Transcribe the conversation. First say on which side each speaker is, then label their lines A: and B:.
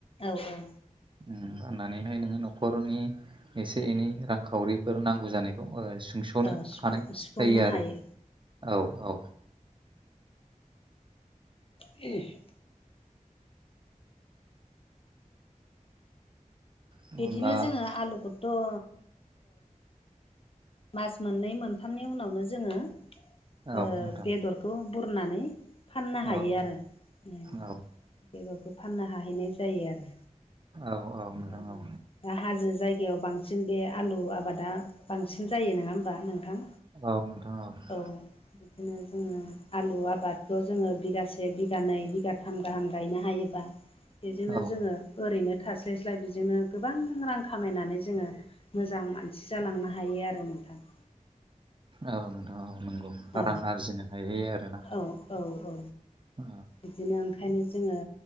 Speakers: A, on the left; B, on the right.
A: औ औ
B: ओम फाननानैहाय नोङो न'खरनि एसे एनै रांखावरिफोर नांगौ जानायखौ ओ सुंस' सुथ'नो
A: औ सिफुं
B: हानाय
A: सिफुंनो
B: जायो आरो
A: हायो
B: औ औ
A: इस
B: होमब्ला
A: बिदिनो जोङो आलुखौथ' ओ मास मोननै मोनथामनि उनावनो जोङो
B: औ
A: ओ
B: नोंथां
A: बेदर बखौ बुरनानै फाननो हायो
B: औ नोंथां
A: आरो ओम
B: औ
A: बेगरखौ फाननो हाहैनाय जायो आरो
B: औ औ नोंथां
A: दा आरो
B: औ
A: दा हाजो जायगायाव बांसिन बे आलु आबादा बांसिन जायो नङा हबा नोंथां
B: औ नोंथां औ।
A: औ बिदिनो जोङो आलु आबादखौ जोङो बिगासे बिगानै बिगाथाम गाहाम गायनो हायो बेजोंनो
B: औ
A: जोङो ओरैनो थास्लायस्लाय बिजोंनो गोबां रां खामायनानै जोङो मोजां मानसि जालांनो हायो आरो नोंथां
B: औ नोंथां औ नंगौ
A: औ
B: रां आरजिनो हाय आरोना
A: औ औ औ
B: आ
A: बिदिनो ओंखायनो जोङो